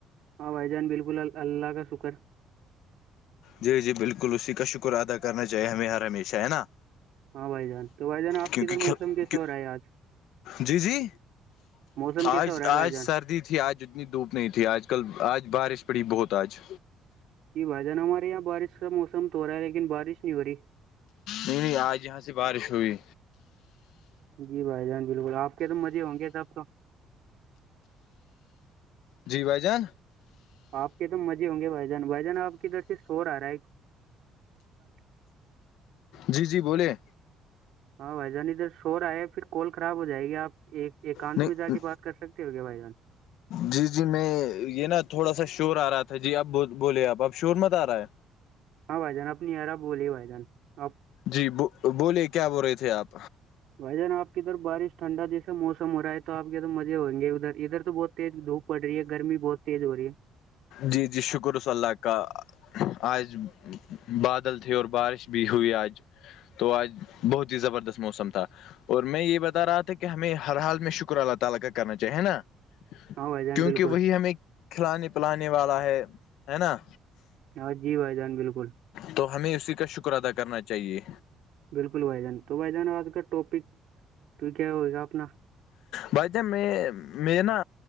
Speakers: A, on the right; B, on the left.
A: ہاں بھائی جان بالکل اللہ کا شکر
B: جی جی بالکل اسی کا شکر ادا کرنا چاہیے ہمیں ہر ہمیشہ ہے نا
A: ہاں بھائی جان تو بھائی جان آپ
B: کیونکہ
A: کدھر
B: کل
A: موسم کیسا ہو رہا ہے آج
B: جی جی
A: موسم کیسا
B: آج
A: ہو رہا ہے
B: آج
A: بھائی جان
B: سردی تھی آج جتنی دھوپ نہیں تھی آج کل آج بارش پڑی بہت آج
A: جی بھائی جان ہمارے یہاں بارش کا موسم تو ہو رہا ہے لیکن بارش نہیں ہو رہی
B: نہیں نہیں آج یہاں سے بارش ہوئی
A: جی بھائی جان بالکل آپ کے تو مزے ہوں گے سب تو
B: جی بھائی جان
A: آپ کے تو مزے ہوں گے بھائی جان بھائی جان آپ کی ادھر سے شور آ رہا ہے <unintelligible>
B: جی جی بوولے
A: ہاں بھائی جان ادھر شور آئے پھر کال خراب ہو جائے گی آپ ایک ایککانت
B: نہیں
A: بھی جا کی بات کر سکتے ہوگے بھائی جان
B: جی جی میں یہ نا تھوڑا سا شور آ رہا تھا جی اب بولے آپ اب شور مت آ رہا ہے
A: ہاں بھائی جان اپنی ارب بولی بھائی جان اب
B: جی بولیے کیا بول رہے تھے آپ
A: بھائی جان آپ کی ادھر بارش ٹھنڈا جسا موسم ہو رہا ہے توپ کے اد مزے ہووں گے ادھر ادھر تو بہت تیز دھوپ پڑی ہے گرمی بہت تیز ہو رہی ہے
B: جی جی شکر ص اللہ کا آج بادل تھے اور بارش بھی ہوئی آج تو آج بہت ہی زبردست موسم تھا <unintelligible>
A: ہاں بھائی جان
B: کیونکہ
A: بالکل
B: وہی ہمیں کھلانے پلانے والا ہے ہے نا
A: ہاں جی بھائی جان بالکل
B: تو ہمیں اسی کا شکر ادا کرنا چاہیے
A: بالکل بھائی جان تو بھائی جان آج کا ٹاپک تو کیا ہوگا اپنا
B: بھائی جہ میں میں نا